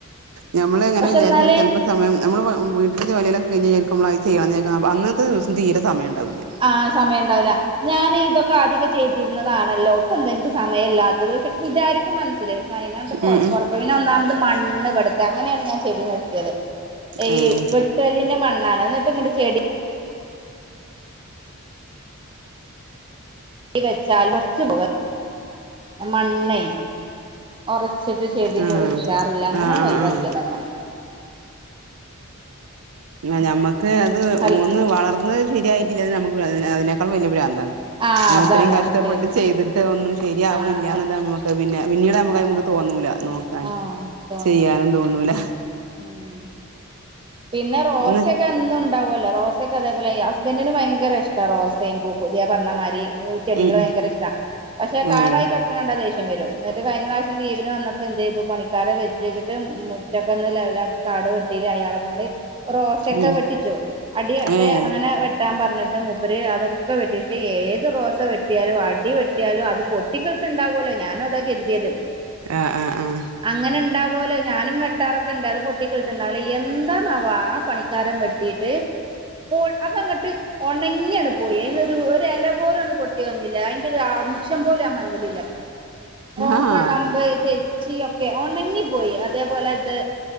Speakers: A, on the right (about 80°); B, on the right (about 25°).
A: ഞമ്മള് എങ്ങനെ
B: പക്ഷെ
A: വിചാര്ച്ചാൽ
B: എന്നാല്
A: ചെലപ്പോ സമയം ഞമ്മള് വ മ് വീട്ടിലെ ജോലിലൊക്കെ കയിഞ്ഞ്ങ്ങനെ ഇരിമ്പം അത്‌ ചെയ്യണം വിചാരിക്കും അപ് അന്നത്തെ ദിവസം തീരെ സമയണ്ടാവൂല.
B: ആഹ് സമയണ്ടാവൂല. ഞാന് ഇതൊക്കെ ആദ്യാക്കെ ചെയ്തിര്ന്നതാണല്ലോ ഇപ്പെന്ത ഇൻക്ക് സമയല്ലാത്തത് ക്ഷെ വിചാരിക്കും മനസ്സില് അയ്നാണ്ട് പ്പോ
A: ഉം
B: പൊറ <unintelligible> പിന്നൊമത് മണ്ണ് വ്ടെത്തെ അങ്ങനെണ് ഞാൻ ചെ- ചെടി നിർത്ത്യത് എയ്
A: ഉം
B: വെട്ടല്ലിന്റെ മണ്ണാണ് ന്നട്ട് ങ്ങട്ട് ചെടി ചെടി വെച്ചാല് <unintelligible> പോവ ആ മണ്ണേ ഒറച്ചിട്ട് ചെട്യൊന്നും
A: ആ
B: ഒരുഷാറില്ല അങ്ങനെണൊഴ്
A: ആ ആ ആ
B: വാക്ക്യതാ
A: ആ
B: ഞാന്
A: പിന്നെ ഞമ്മക്ക് അത്
B: അൽ
A: ഒന്ന് വളർന്നത് ശരിയായിട്ടില്ലതന്നെ നമക്ക് <unintelligible> അതി അതിനേക്കാൾ വെല്യെ പ്രാന്താണ്.
B: ആ
A: ഞാ
B: അതാണ്
A: ഇത്രയും കഷ്ടപ്പെട്ട്
B: ശരി
A: ചെയ്തിട്ട് ഒന്നും ശെര്യാവണില്ല്യാന്ന്
B: ആഹ്
A: <unintelligible> പിന്നെ പിന്നീട് അമ്മക്കയ്മെക്ക്
B: ആഹ്
A: തോന്നൂല നോ ക്കൻ
B: ആഹ് തോന്നൂല
A: ചെയ്യാനും തോന്നൂല.
B: ഉം പിന്നെ റോസൊക്കെ
A: ഇന്ന്
B: എന്നുണ്ടാവൊല്ലോ റോസൊക്കതെപോലെയ് ഹസ്ബൻഡറിന് ഭയങ്കരിഷ്ട റോസയും പൂപൊ ത്യാ പർഞ്ഞമാരി ഏഹ് ചെടികള്
A: ഉം ഉം
B: ഭയങ്കരിഷ്ടാ പക്ഷെ കാടായി
A: ഏഹ്
B: കട ക്ക്ണെ കണ്ടാ ദേഷ്യം വരും ന്നട്ട് കഴിഞ്ഞപ്രാവശ്യം ലീവിന് വന്നപ്പോ എന്തെ ത് പണിക്കാരെ വെച്ചേക്കിട്ട് മുറ്റക്കൊന്ന് ലെവലാക്കി കാട് വെട്ടിരി അയാളെ ണ്ട് റോസൊക്കെ
A: ഉം
B: വെട്ടിച്ചു അടി ടെ
A: ഏഹ്
B: അങ്ങ നെ വെട്ടാൻ പർഞ്ഞിട്ട് മൂപ്പര് അതൊക്കെ വെട്ടി ക്ഷേ ഏത് റോസ വെ ട്ട്യാലും അടി വെട്ട്യാലും അത് പൊട്ടികിളിർത്ത്ണ്ടാവൊല്ലോ ഞാന്വതാ കെര്ത്യേത്
A: ആഹ് ആഹ് ആഹ്
B: അങ്ങനെണ്ടാവൊലോ ഞാനും വെട്ടാറൊക്കെണ്ട് അത് പൊട്ടികിളിച്ച്ണ്ടാവലാ എന്താ ണാവാ ആ പണിക്കാരം വെട്ടിട്ട് <unintelligible> അതങ്ങട്ട് ഒണങ്ങ്യണ് പോയി അയ്നൊരു ഒരു എല പോലൊന്ന് പൊട്ടി വന്നില്ല അയ്ന്റെ ഒരു അംശം പോലും ആ മണ്ണിലില്ലപ്പ.
A: <unintelligible>
B: റോസാ
A: ആഹ്
B: ക്കം ബൈസെയ് ചീയൊക്കെ ഒണങ്ങിപ്പോയി അതേപോലെ ത്